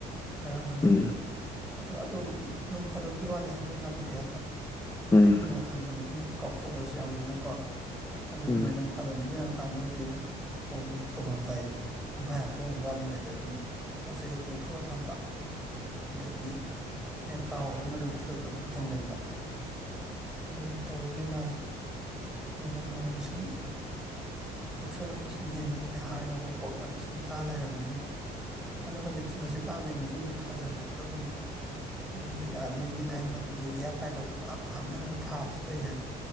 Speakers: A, in the centre; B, on the left.
A: ꯈꯔ ꯑꯃꯅ
B: ꯎꯝ
A: ꯑ ꯑꯗꯨ ꯅꯨꯡ ꯐꯥꯗꯣꯛꯀꯤ ꯋꯥꯅꯤ ꯍꯦꯛꯇ ꯉꯝꯗꯦ ꯍꯥꯏꯕ
B: ꯎꯝ
A: ꯇꯤꯡꯉꯒ ꯊꯝꯕꯗ ꯑꯗꯨꯝ ꯀꯥꯎꯊꯣꯛꯄꯁꯨ ꯌꯥꯎꯋꯤꯗꯅꯀꯣ ꯑꯗꯨꯗꯨꯅ
B: ꯎꯝ
A: ꯅꯣꯡ ꯐꯥꯗꯅꯤ ꯀꯥꯟꯗꯕꯨꯗꯤ ꯊꯣꯡꯉꯝꯗꯥꯏ ꯄꯨꯡꯈꯥꯏ ꯄꯨꯡ ꯋꯥꯠꯂꯤꯉꯩꯗ ꯑꯗꯨꯝ ꯄꯣꯠ ꯆꯩꯩꯗ ꯇꯤꯡꯊꯣꯛꯑ ꯊꯝꯕ ꯑꯗꯒꯤ ꯍꯦꯛ ꯀꯥꯎꯔꯒꯅ ꯑꯗꯨꯝ ꯈꯨꯗꯛꯇ ꯑꯗꯨꯝ ꯊꯣꯡꯖꯤꯟꯕ ꯑꯗꯨꯅꯤ ꯇꯧꯔꯤ ꯂꯤꯂꯥꯁꯦ ꯅꯣꯡꯃ ꯅꯣꯡꯃꯒꯤ ꯁꯨꯝ ꯍꯧꯁꯜꯂꯛꯄ ꯁꯨꯝ ꯍꯦꯟꯒꯗꯣꯏꯅꯤ ꯍꯥꯔ ꯌꯥꯎꯕ ꯄꯣꯠ ꯉꯥꯛꯇ ꯁꯨꯝ ꯆꯥ ꯂꯩꯔꯕꯅꯤꯅ ꯑꯗꯣ ꯍꯧꯖꯤꯛ ꯍꯧꯖꯤꯛꯀꯥꯟꯁꯦ ꯍꯧꯨꯛꯁꯤ ꯌꯨꯝꯗ ꯊꯥꯖꯕꯐꯥꯎꯗ ꯑꯗꯨꯝ ꯅꯣꯏꯒꯤ ꯅꯣꯏꯒꯤ ꯗꯥꯏꯃꯟ ꯌꯨꯔꯤꯌꯥ ꯀꯥꯏꯗꯣ ꯄꯨꯡꯂꯥꯞꯇ ꯍꯥꯞꯅꯔꯒ ꯊꯥꯕꯁꯨ ꯂꯩ ꯍꯥꯏꯕ